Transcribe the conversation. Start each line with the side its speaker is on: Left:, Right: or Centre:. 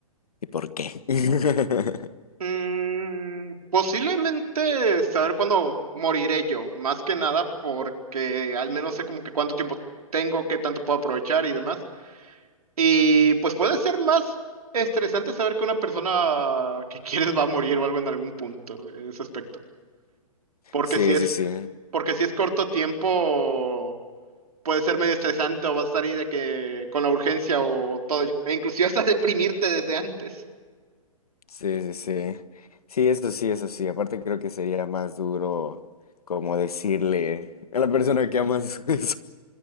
Left: ¿Y por qué? <laughs>
Right: Mm, posiblemente saber cuándo moriré yo, más que nada porque al menos sé como que cuánto tiempo tengo, qué tanto puedo aprovechar y demás. Y pues puede ser más estresante saber que una persona que <laughs> quieres va a morir o algo en algún punto, en ese aspecto. Porque
Left: Sí,
Right: si es,
Left: sí, sí.
Right: porque si es corto tiempo. puede ser medio estresante o vas a estar ahí de que con la urgencia o todo ello. E inclusive hasta deprimirte desde antes.
Left: Sí, sí, sí. Sí, eso sí, eso sí. Aparte creo que sería más duro como decirle a la persona que amas <laughs> eso,